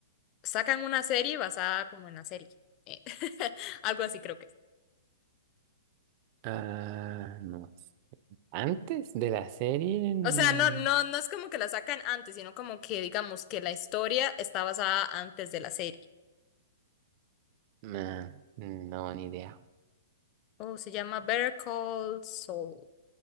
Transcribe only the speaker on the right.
Ah, no. Antes de la serie. mm,
ah, no, ni idea.